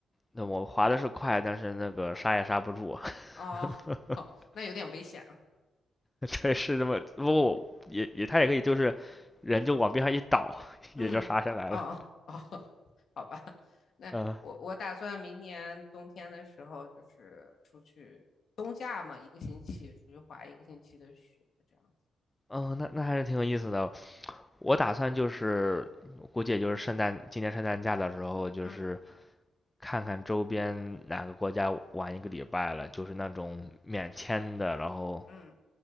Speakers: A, on the left (about 20°); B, on the left (about 60°).
A: 那我滑的是快，但是那个刹也刹不住，
B: 哦，
A: <laughs>
B: 好，那有点危险啊。
A: 对，是这么，不过也也他也可以就是人就往边上一倒，也就刹下来了，
B: 嗯，哦哦，<laughs> 好吧，那我我打算明年冬天的时候就是出去冬假嘛，
A: 嗯
B: 一个星期出去滑一个星期的雪，这样子。
A: 嗯，那那还是挺有意思的。我打算就是估计也就是圣诞今年圣诞假的时候，就是
B: 嗯
A: 看看周边哪个国家玩一个礼拜了，就是那种免签的，然后
B: 嗯。